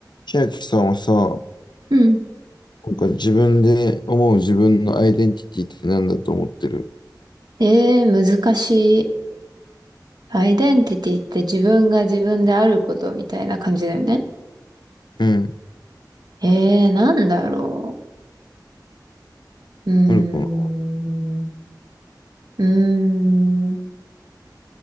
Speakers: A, on the left; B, on the right.
A: 千秋さんはさ、な
B: うん。
A: んか自分で思う自分のアイデンティティって何だと思ってる
B: ええ、難しい。アイデンティティって自分が自分であることみたいな感じだよね。
A: うん。
B: ええ、なんだろう。うーん。
A: あるかな
B: うーん。